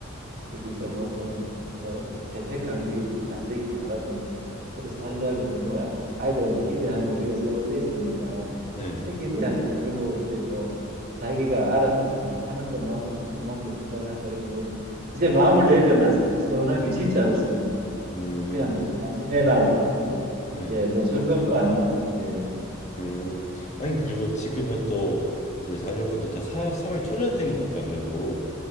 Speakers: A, on the right; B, on the left.
A: 저기 저 뭐좀 어, 재택한 거 이런 거 잘 되길 바라면서 그래 살자고 너무 아- 아이들한테 기대하면 우리가 서운해지니까
B: 네,
A: 일체 기대하지 말고 이제 뭐 자기가 알아서 잘 하는 것만으로 고맙게 생각하자 이러면서 이제 마음을 내려놨어요. 서운한
B: 음,
A: 게 진짜 없습니다.
B: 음,
A: 그냥 저 잘 지내나 보다 하고
B: 네,
A: 예 뭐 점검도 안 하고 그래요. 예
B: 음. 아니, 그리고 지금은 또 그 자녀분들 다 사, 사회 초년생이니까 그래도